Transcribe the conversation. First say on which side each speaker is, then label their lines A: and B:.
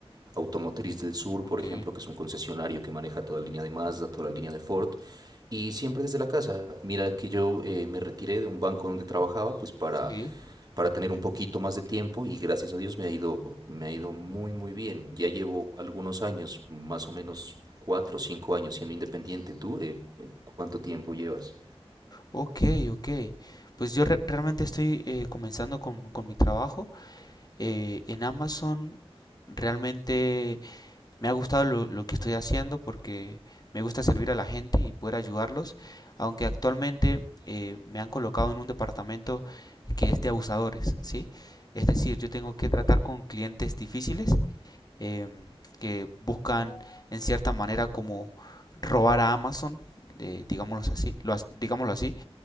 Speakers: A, on the right; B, on the left.
A: Automotriz del Sur,
B: ok,
A: por ejemplo, que es un concesionario que maneja toda la línea de Mazda, toda la línea de Ford, y siempre desde la casa. Mira que yo eh, me retiré de un banco donde trabajaba, pues para,
B: sí.
A: para tener un poquito más de tiempo y gracias a Dios me ha ido, me ha ido muy, muy bien. Ya llevo algunos años, más o menos cuatro o cinco años siendo independiente. ¿Tú eh, cuánto tiempo llevas?
B: Ok, ok. Pues yo re- realmente estoy eh, comenzando con, con mi trabajo. Eh, en Amazon realmente Me ha gustado lo, lo que estoy haciendo porque me gusta servir a la gente y poder ayudarlos, aunque actualmente eh, me han colocado en un departamento que es de abusadores, ¿sí? Es decir, yo tengo que tratar con clientes difíciles eh, que buscan en cierta manera como robar a Amazon, eh, digámoslo así, lo digámoslo así.